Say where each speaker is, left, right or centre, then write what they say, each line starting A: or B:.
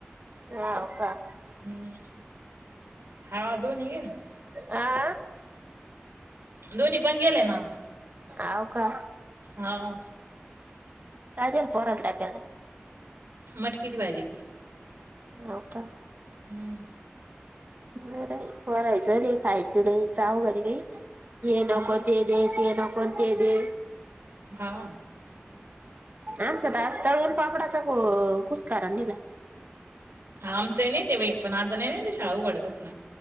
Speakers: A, on the right; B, on the right.
A: हा ओका.
B: हम्म हा दोनी गेल्यात.
A: आ.
B: दोन्ही पण गेले ना
A: आव का?
B: हाव
A: काय देल पोराला त्यात
B: मटकीची भाजी
A: हव का?
B: हम्म
A: बरय बरायचं र खायचं नाही जाऊ घरी काही हे
B: हा
A: नको ते दे ते नको ते दे
B: हा
A: आमच्यात आज तळून पापडाचा कुसकारा निला
B: हा आमचं आहे नाही, ते पण आता नही शाळा उघाड्यापासन